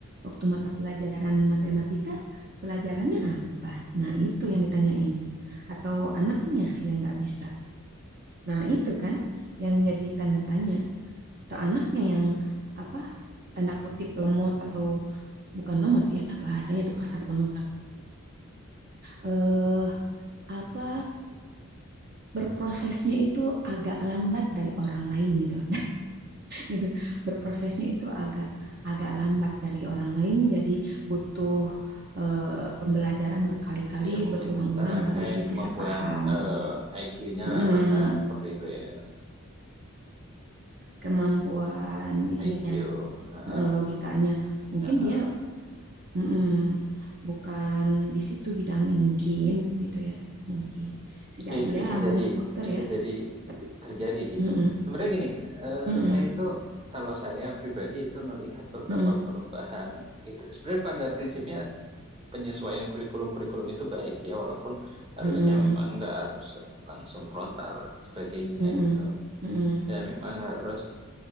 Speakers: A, on the right; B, on the right.
A: waktu mata pelajaran matematika pelajarannya apa nah itu yang ditanyain atau anaknya yang nggak bisa nah itu kan yang jadi tanda tanya atau anaknya yang apa tanda kutip lemot atau bukan lemot ya bahasanya itu kasar banget eh apa berprosesnya itu agak lambat dari orang lain gitu gitu. Berprosesnya itu agak agak lambat dari orang lain, jadi butuh eh, pembelajaran berkali-kali,
B: Iya mungkin
A: berulang-ulang
B: secara
A: baru
B: kayak
A: dia
B: kemampuan
A: bisa paham.
B: eh, IQ-nya
A: Mm,
B: rendah seperti itu ya.
A: kemampuan ininya,
B: IQ. Heeh,
A: mm, logikanya. Mungkin
B: heeh.
A: dia mm, bukan di situ bidangnya mungkin gitu ya. Mungkin. Bisa jadi
B: Ya itu
A: ya
B: bisa jadi
A: banyak faktor
B: bisa
A: ya,
B: jadi
A: tapi
B: terjadi gitu.
A: mm, mm,
B: Sebenarnya gini, Kak, eh,
A: mm,
B: saya itu kalau saya pribadi itu ngelihat beberapa
A: mm,
B: perubahan itu sebenarnya pada prinsipnya penyesuaian kurikulum-kurikulum itu baik ya walaupun harusnya
A: mm,
B: memang nggak harus langsung frontal dan sebagainya
A: mm,
B: gitu.
A: mm, mm,
B: Dan memang harus